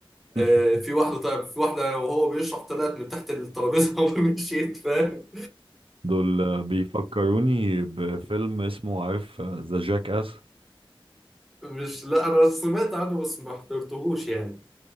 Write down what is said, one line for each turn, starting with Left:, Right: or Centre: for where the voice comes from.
Centre: آه،
Right: <laughs>
Centre: في واحدة طيب في واحدة وهو بيشرح طلعت من تحت الترابيزة <laughs> ومشيت فاهم
Right: دول آه، بيفكروني بفيلم اسمه عارف ذا جاك اس
Centre: فمش لا أنا سمعت عنه بس ما احترتهوش يعني